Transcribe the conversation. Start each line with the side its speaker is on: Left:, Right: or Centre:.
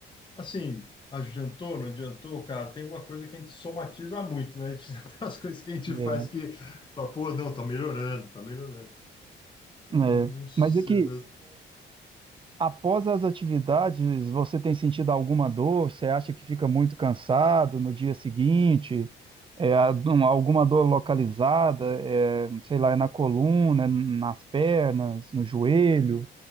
Left: Assim, adiantou, não adiantou, cara, tem uma coisa que a gente somatiza muito, né? A gente <laughs> tem umas coisas que a gente
Right: É,
Left: faz que, fala, pô, não, tá melhorando, tá melhorando. Eu
Right: é.
Left: não, não sei,
Right: Mas aqui,
Left: mas.
Right: Após as atividades, você tem sentido alguma dor? Você acha que fica muito cansado no dia seguinte? É, algum- alguma dor localizada? É, sei lá, é na coluna, é nas pernas, no joelho?